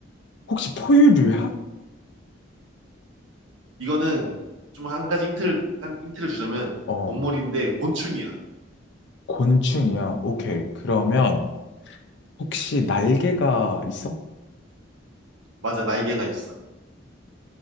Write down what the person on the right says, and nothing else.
이거는 좀 한 가지 힌트를, 한 힌트를 주자면
동물인데 곤충이야.
맞아, 날개가 있어.